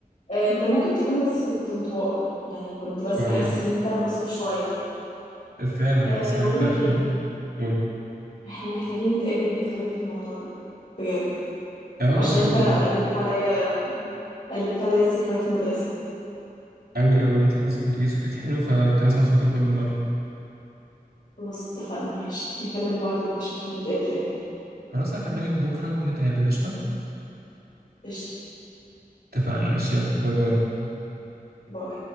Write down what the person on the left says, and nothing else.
آه، انت ممكن تكون بس كنت انطوائي يعني كنت بس
حاسس ان انت مكسوف شويه
أه
بقول لك
ايه
احنا محتاجين نتقابل نتكلم في الموضوع ده بجد
عشان
انت
قلبت عليا قلبت عليا ذكريات المدرسه
خلاص اتفقنا ماشي نكلم بعض ونشوف هنتقابل امتى
قشطه
باي